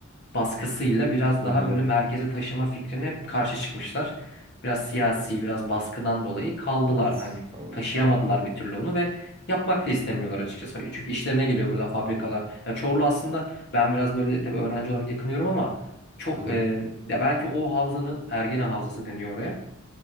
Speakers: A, on the left; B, on the right.
A: baskısıyla biraz
B: Hı
A: daha
B: hı.
A: böyle merkeze taşıma fikrine hep karşı çıkmışlar. Biraz siyasi, biraz baskıdan dolayı kaldılar
B: Evet
A: hani
B: anladım.
A: taşıyamadılar bir türlü onu ve yapmak da istemiyorlar açıkçası. Çünkü işlerine geliyor burada fabrikalar. Ya Çorlu aslında ben biraz böyle tabii öğrenci olarak yakınıyorum ama çok
B: Hı hı.
A: e, ya belki o havzanın Ergene Havzası deniyor oraya.